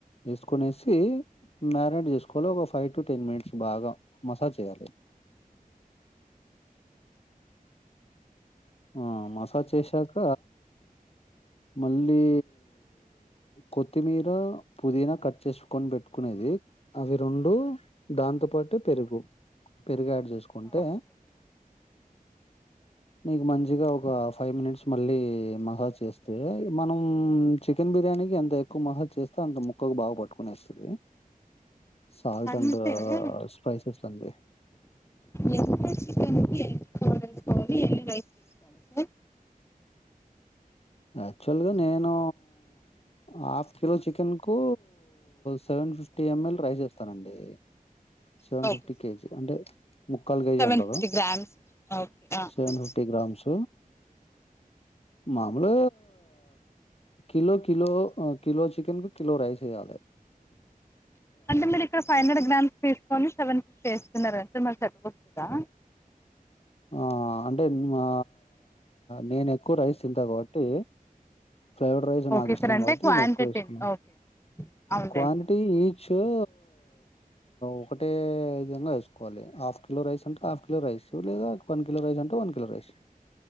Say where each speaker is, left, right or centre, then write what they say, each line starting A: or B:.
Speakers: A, on the left; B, on the left.
A: వేసుకనేసి మ్యారినేట్ చేసుకోలి ఒక ఫైవ్ టు, టెన్ మినిట్స్ బాగా మసాజ్ చేయాలి. ఆ మసాజ్ చేసాక మళ్ళీ కొత్తిమీర, పుదీనా కట్ చేసుకని పెట్టుకునేది అవి రెండు దాంతోపాటు అ పెరుగు పెరుగు యాడ్ చేసుకుంటే
B: సార్ ఓకే సార్.
A: నీకు మంచిగా ఒక ఫైవ్ మినిట్స్ మళ్ళీ మసాజ్ చేస్తే మనం చికెన్ బిర్యానీకి ఎంత ఎక్కువ మసాజు చేస్తే అంత ముక్కకు బాగా పట్టుకునేస్తది. సాల్ట్
B: అంటే
A: అండ్ స్పైసెస్ అండి
B: ఎ చికన్ ఎ ఎవరు తెలుసుకోవాలి రైస్ ఎ
A: యాక్చువల్గా నేను హాఫ్ కిలో చికెన్ కు సెవెన్ సె ఫిఫ్టీ ఎం ఎల్ రైస్ ఇస్తానండి seven
B: okay
A: fifty
B: sir
A: KG అంటే ముక్కలు కేజీ
B: సెవెన్
A: అంటారు
B: ఫిఫ్టీ గ్రామ్స్ ఓకే ఆ ఆ
A: సెవెన్ ఫిఫ్టీ గ్రామ్స్ మా గులో కిలో కిలో చికెన్ కు కిలో రైస్ వేయాలె
B: అంటే మీరు ఇక్కడ ఫైవ్ హండ్రెడ్ గ్రామ్స్ తీసుకోని సెవెన్ కి చేస్తున్నారంటే మకు సరిపోతుందా
A: ఆ అంటే మా నేను ఎక్కువ రైస్ తిందా కాబట్టి ఫ్రైడ్ రైస్
B: ఓకే
A: నాకు ఇష్టం
B: సార్ అంటే
A: కాబట్టి
B: క్వాంటిటీ
A: నేను ఎక్కువ వేసుకున్నాను.
B: ఓకే అవునులేండి
A: క్వాంటిటీ
B: సార్.
A: ఈచ్ ఒ ఒకటే విధంగా వేసుకోవాలి హాఫ్ కిలో రైస్ అంటే హాఫ్ కిలో రైస్ లేదా వన్ కిలో రైస్ అంటే one kilo rice